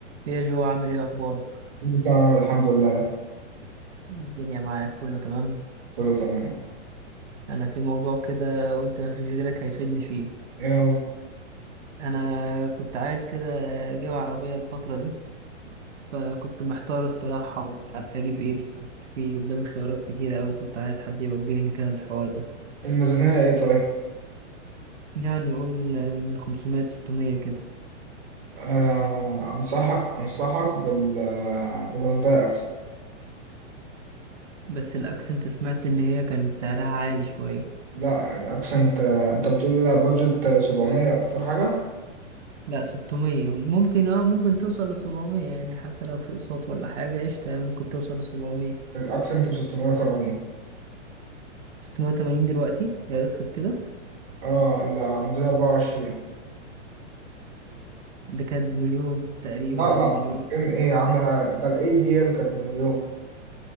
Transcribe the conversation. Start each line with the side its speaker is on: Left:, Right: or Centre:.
Right: يا جو عامل ايه اخبارك
Centre: كله تمام الحمد لله
Right: الدنيا معاك كله تمام
Centre: كله تمام
Right: انا في موضوع كده قلت ما فيش غيرك هيفيدني فيه
Centre: ايه هو
Right: انا كنت عايز كده اجيب عربية الفترة دي فكنت محتار الصراحة ومش عارف اجيب ايه بالظبط. في قدامي خيارات كتيرة اوي كنت عايز حد يوجهني كده للحوار ده
Centre: الميزانية ايه طيب
Right: يعني قول من 500 ل 600 كده
Centre: آه انصحك انصحك بال بالهونداي اكسنت
Right: بس الاكسنت سمعت ان هي كانت سعرها عالي شوية
Centre: لا الاكسنت آه، انت بتقول لي لا بادجت 700 اكتر حاجة
Right: لا 600 ممكن اه ممكن توصل ل 700 يعني حتى لو في اقساط ولا حاجة قشطة يعني ممكن توصل ل 700
Centre: الاكسنت ب 680
Right: 680 دلوقتي هي رخصت كده
Centre: اه لا موديل 24
Right: ده كانت بمليون تقريبا
Centre: لا لا
Right: او مليون
Centre: ان ايه يا عم
Right: اه
Centre: ده, ده الاي دي هي اللي كانت بمليون